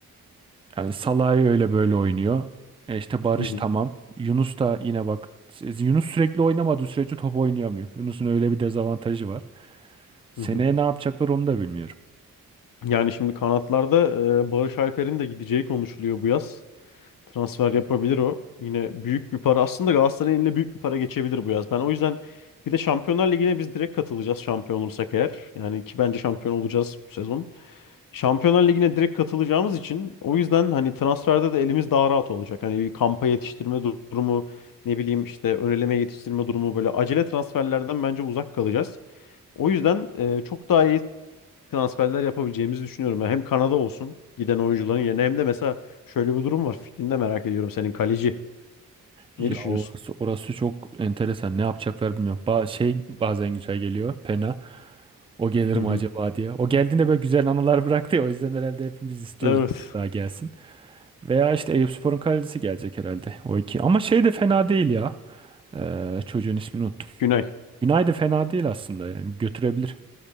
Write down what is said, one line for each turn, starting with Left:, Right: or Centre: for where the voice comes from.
Right: Yani Salah'ı öyle böyle oynuyor. E işte Barış
Left: Hı hı.
Right: tamam. Yunus da yine bak Yunus sürekli oynamadığı sürece top oynayamıyor. Yunus'un öyle bir dezavantajı var. Seneye
Left: Hı hı.
Right: ne yapacaklar onu da bilmiyorum.
Left: Yani şimdi kanatlarda e, Barış Alper'in de gideceği konuşuluyor bu yaz. Transfer yapabilir o. Yine büyük bir para. Aslında Galatasaray'ın eline büyük bir para geçebilir bu yaz. Ben o yüzden bir de Şampiyonlar Ligi'ne biz direkt katılacağız şampiyon olursak eğer. Yani ki bence şampiyon olacağız bu sezon. Şampiyonlar Ligi'ne direkt katılacağımız için o yüzden hani transferde de elimiz daha rahat olacak. Hani bir kampa yetiştirme durumu ne bileyim işte ön eleme yetiştirme durumu böyle acele transferlerden bence uzak kalacağız. O yüzden e, çok daha iyi transferler yapabileceğimizi düşünüyorum. Yani hem Kanada olsun giden oyuncuların yerine hem de mesela şöyle bir durum var. Fikrini de merak ediyorum senin kaleci.
Right: Ya
Left: Ne düşünüyorsun?
Right: orası, orası çok enteresan. Ne yapacaklar bilmiyorum. Ba şey bazen güzel geliyor. Pena. O gelir
Left: Hı
Right: mi
Left: hı.
Right: acaba diye. O geldiğinde böyle güzel anılar bıraktı ya. O yüzden herhalde hepimiz istiyoruz
Left: Evet.
Right: daha gelsin. Veya işte Eyüpspor'un kalecisi gelecek herhalde. O iki. Ama şey de fena değil ya. Ee, çocuğun ismini unuttum.
Left: Günay.
Right: Günay da fena değil aslında yani götürebilir.